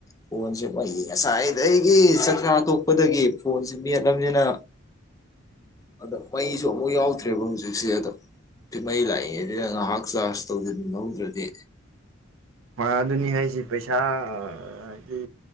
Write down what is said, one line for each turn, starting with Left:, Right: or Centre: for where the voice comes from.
Left: ꯐꯣꯟꯁꯦ ꯐꯌꯦ ꯉꯁꯥꯏꯗ ꯑꯩꯒꯤ ꯆꯥꯛꯆꯥ ꯊꯣꯛꯣꯛꯄꯗꯒꯤ ꯐꯣꯟꯁꯦ ꯃꯦꯠꯂꯝꯕꯅꯤꯅ ꯑꯗ ꯃꯩꯁꯨ ꯑꯃꯨꯛ ꯌꯥꯎꯗ꯭ꯔꯦꯕ ꯍꯧꯖꯤꯛꯁꯦ ꯑꯗ ꯃꯩ ꯂꯥꯛꯏꯉꯗꯤ ꯅ ꯉꯥꯏꯍꯥꯛ ꯆꯥꯔꯖ ꯇꯧꯁꯤ ꯂꯧꯗ꯭ꯔꯗꯤ
Right: ꯑꯗꯨꯅꯤ ꯍꯥꯏꯁꯤ ꯄꯩꯁꯥ ꯍꯥꯏꯗꯤ